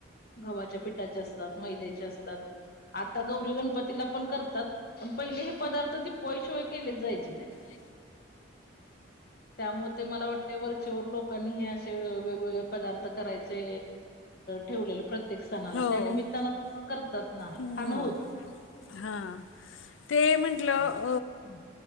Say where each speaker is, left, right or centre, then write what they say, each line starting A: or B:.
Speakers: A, on the left; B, on the left.
A: गव्हाच्या पिठाचे असतात. मैद्याचे असतात. आता गौरी गणपतीला पण करतात. पण पहिले हे पदार्थ दिपवाळीच्या शिवाय केलेच जायचे नाहीत.
B: ह
A: त्यामुळे ते मला वाटते वर चेवर लोक लोकांनी असे वेगवेगळे पदार्थ करायचे ठेवलेले प्रत प्रत्येक सणाला
B: हो
A: त्यानमित्तानं लोक करतात. ना
B: हं.
A: खाणं होत.
B: हां ते म्हंटलं
A: हम्म